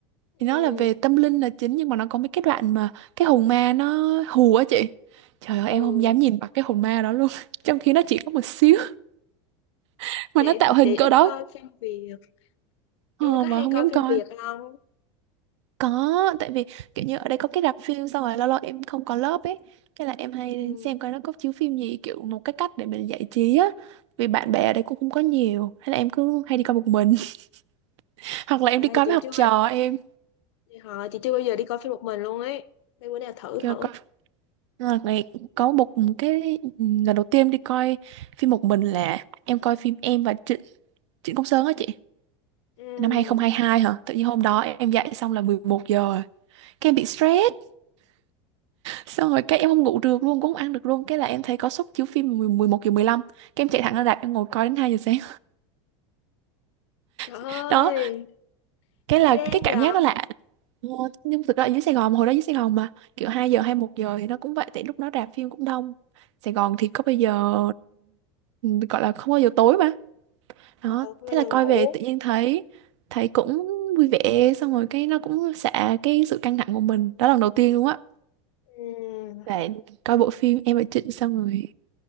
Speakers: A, on the right; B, on the left.
A: thì
B: ừ,
A: nó là về tâm linh là chính nhưng mà nó có mấy cái đoạn mà cái hồn ma nó hù á chị trời ơi
B: ừ.
A: em không dám nhìn mặt cái hồn ma đó luôn <laughs> trong khi nó chỉ có một xíu <laughs> mà
B: chị
A: nó tạo
B: thì
A: hình
B: chị
A: cỡ
B: ít
A: đó
B: coi phim Việt
A: ờ,
B: em có
A: mà
B: hay
A: không
B: coi
A: dám
B: phim
A: coi
B: Việt không
A: có tại vì kiểu như ở đây có cái rạp phim xong rồi lâu lâu em không có lớp ấy cái là em hay
B: ừ.
A: xem coi nó có chiếu phim gì kiểu một cái cách để mình giải trí á vì bạn bè ở đây cũng không có nhiều hay là em cứ hay đi coi một mình <laughs> hoặc là em đi
B: Ê,
A: coi
B: chị
A: với học
B: chưa
A: trò em
B: họ chị chưa bao giờ đi coi phim một mình luôn ấy để bữa nào thử
A: kiểu
B: thử
A: Là ngày có một cái lần đầu tiên đi coi phim một mình là em coi phim em và Trịnh Trịnh Công Sơn á chị
B: ừ.
A: năm hai không hai hai hả tự nhiên hôm đó em dậy xong là 11 giờ rồi. cái em bị stress xong rồi cái em không ngủ được luôn cũng không ăn được luôn cái là em thấy có suất chiếu phim 10 11 giờ 15 cái em chạy thẳng ra rạp em ngồi coi đến 2 giờ sáng
B: trời
A: <laughs> đó
B: ơi
A: cái là
B: gan
A: cái cảm
B: vậy
A: giác đó là Ờ, nhưng thực ra ở dưới Sài Gòn hồi đó dưới Sài Gòn mà kiểu 2 giờ hay một giờ thì nó cũng vậy tại lúc đó rạp phim cũng đông Sài Gòn thì có bây giờ ừ, gọi là không bao giờ tối mà
B: ờ,
A: đó
B: không
A: thế
B: bao giờ
A: là
B: ngủ
A: coi về tự nhiên thấy thấy cũng vui vẻ xong rồi cái nó cũng xả cái sự căng thẳng của mình đó là lần đầu tiên luôn á
B: ừ.
A: và coi bộ phim Em và Trịnh xong rồi